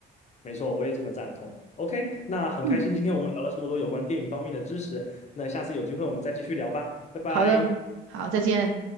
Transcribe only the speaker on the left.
没错，我也这么赞同。OK，那很开心今天我们聊了这么多有关电影方面的知识，
那下次有机会我们再继续聊吧，拜拜。